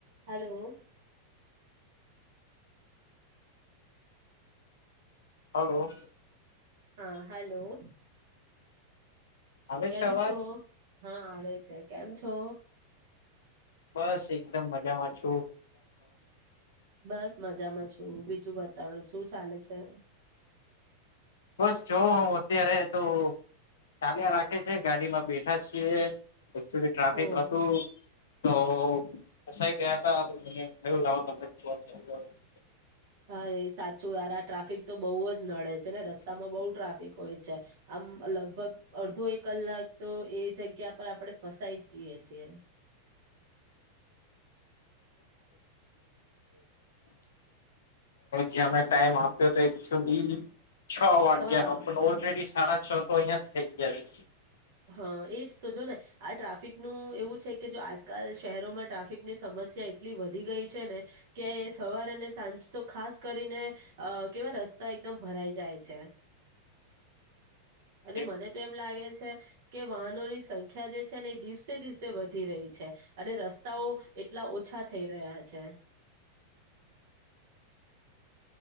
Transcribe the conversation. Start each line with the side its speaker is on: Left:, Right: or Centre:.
Right: Hello.
Left: Hello.
Right: હા hello
Left: આવે
Right: કેમ
Left: છે અવાજ
Right: છો? હા આવે છે કેમ છો?
Left: બસ એકદમ મજામાં છ.
Right: બસ મજામાંજ. છું, બીજું બતાડો શું ચાલે છે?
Left: બસ જો હું અત્યારે તો ચાલ્યા રાખે છે. એકચુલી ટ્રાફિક
Right: ઓહ
Left: હતું તો ફસાઈ ગયા કયું લાવ પ <unintelligible>
Right: અરે સાચું યાર આ ટ્રાફિક તો બહુ જ નડે છે ને રસ્તામાં બહુ ટ્રાફિક હોય છે આમ. લગભગ અડધો એક કલાક તો એ જગ્યા પર આપડે ફસાઈ જઈએ છીએ.
Left: જ્યા મે ટાઈમ આપ્યો તો બી છ વાગ્યાનો
Right: તમારા
Left: ઓ પણ ઓલરેડી સાડા‌ છ તો અહિયાં જ થઈ ગયા.
Right: હા એજ તો જો ને આ ટ્રાફિકનું એવું છે કે જો આજકાલ શહેરોમાં ટ્રાફિકની સમસ્યા એટલી વધી ગઈ છે ને કે સવાર અને સાંજ તો ખાસ કરીને. અ કેવા રસ્તા એકદમ ભરાઈ જાય છે. અને
Left: છે
Right: મને તો એમ લાગે છે કે વાહનોની સંખ્યા જે છે ને એ દિવસે દિવસે વધી રહી છે. અને રસ તાઓ એટલા ઓછા થઈ રહ્યા છ. તે.